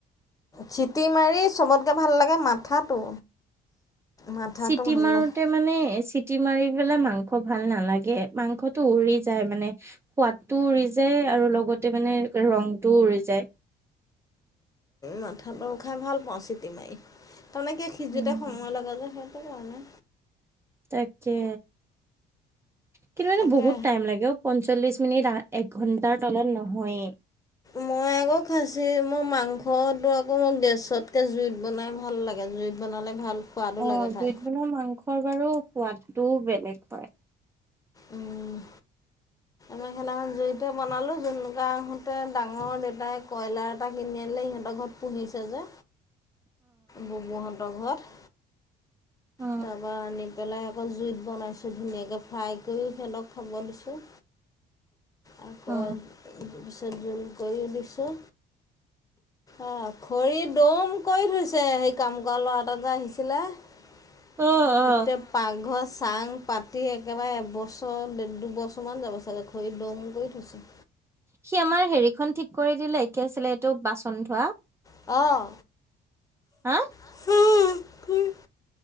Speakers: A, on the left (about 20°); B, on the right (about 15°).
A: চিটি মাৰি চবতকে ভাল লাগে মাথাটো। মাথাটো
B: চিটি
A: ভাল
B: মাৰোতে
A: লাগে
B: মানে চিটি মাৰি পেলাই মাংস ভাল নালাগে, মাংসটো উৰি যায় মানে। সোৱাদটোও উৰি যায় আৰু লগতে মানে ৰংটোও উৰি যায়।
A: মাথাটো খাই ভাল পাওঁ চিটি মাৰি, তাৰমানে কি সিজোতে
B: উম
A: সময় লাগে যে, সেইটো কাৰণে।
B: তাকে কিন্তু এইটো
A: তাকে
B: বহুত টাইম লাগে অ পঞ্চল্লিশ মিনিট এক ঘণ্টাৰ তলত নহয়ে।
A: মই আকৌ খাচি মোৰ মাংসটো আকৌ মোক গেছতকে জুইত বনাই ভাল লাগে জুইত। বনালে ভাল। সোৱাদো
B: অ
A: লাগে খাই
B: জুইত বনোৱা মাংসৰ বাৰু সোৱাদটোও বেলেগ হয়।
A: উম। মেখেলাখন জুইতে বনালোঁ জোনোকা আহোঁতে ডাঙৰ দেউতাই কয়লাৰ এটা কিনি আনিলে সিহঁতৰ ঘৰত পুহিছে যে।
B: <inaudible>
A: ববহতৰ ঘৰত
B: অ
A: তাৰপা আনি পেলাই আকৌ জুইত বনাইছোঁ ধুনীয়াকে ফ্ৰাই কৰিও সিহঁতক খাব দিছোঁ। আকৌ
B: অ অ
A: পিছত জোল কৰিও দিছোঁ। অ খৰি দম কৰি থৈছে সেই কাম কৰা ল'ৰা এটা যে আহিছিলে।
B: <inaudible>
A: <unintelligible>
B: অ,
A: পাকঘৰ চাং পাতি একেবাৰে এবছৰ ড দুবছৰমান যাব চাগে। খৰি দম কৰি থৈছে।
B: সি আমাৰ হেৰিখন ঠিক কৰি দিলে কি আছিলে এইটো বাচন থোৱা।
A: অঁ
B: হা
A: <unintelligible>